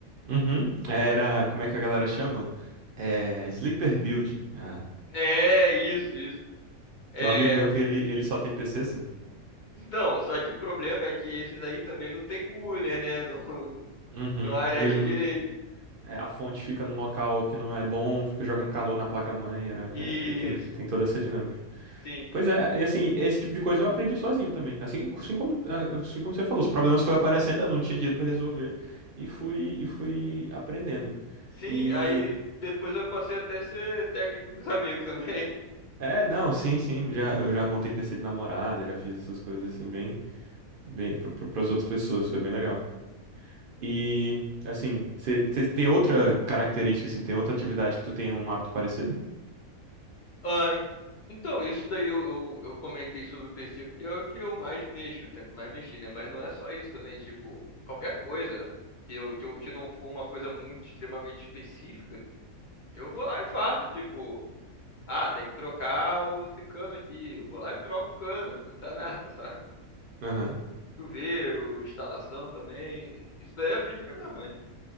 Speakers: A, on the right (about 60°); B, on the left (about 60°).
A: Uhum. Era,
B: En-
A: como é que a galera chama? É, Sleeper Build. É.
B: É, isso, isso. É,
A: Tem um amigo meu que ele, ele só tem PC assim.
B: então, só que o problema é que esses aí também não tem cooler, né? <laughs> Não,
A: Uhum.
B: não areja
A: Ele,
B: direito.
A: é, a fonte fica num local que não é bom, fica jogando calor na placa-mãe, era,
B: Isso,
A: é, é, tem, tem toda essa dinâmica.
B: sim.
A: Pois é, e assim, esse tipo de coisa eu aprendi sozinho também. Assim, assim como, ah, assim como você falou, os problemas foram aparecendo, eu não tinha dinheiro pra resolver e fui, e fui aprendendo.
B: Sim,
A: E
B: aí depois eu passei até a ser técnico dos amigos também.
A: É, não, sim, sim, já, eu já montei PC de namorada, já fiz essas coisas assim bem, bem para as outras pessoas, foi bem legal. E assim, você tem outra característica assim, tem outra atividade que tu tem um hábito parecido?
B: Ah, en- então, isso daí eu, eu, eu comentei sobre o PC porque é o que eu mais mexo, sempre mais mexi, né? Mas não é só isso também, tipo, qualquer coisa que eu, que eu, que não for uma coisa muito extremamente específica, eu vou lá e faço, tipo, ah, tem que trocar o- esse cano aqui, eu vou lá e troco o cano, <laughs> dá nada, sabe?
A: Aham.
B: Chuveiro, instalação também, isso daí eu aprendi com a minha mãe.